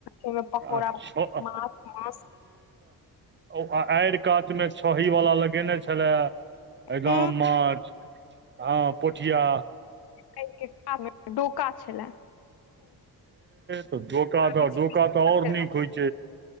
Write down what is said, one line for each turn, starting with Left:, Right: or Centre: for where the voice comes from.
Left: ओहिमे पकौड़ा
Right: अच्छा
Left: माछ मास
Right: ओ आ आड़ि कातमे छै ही वला लगेने छलए एदम
Left: ह
Right: माछ हँ पोठिया।
Left: के कऽ डोका छलए
Right: तऽ डोका तऽ
Left: बीच
Right: डोका
Left: बीच
Right: तऽ आऔर न खोज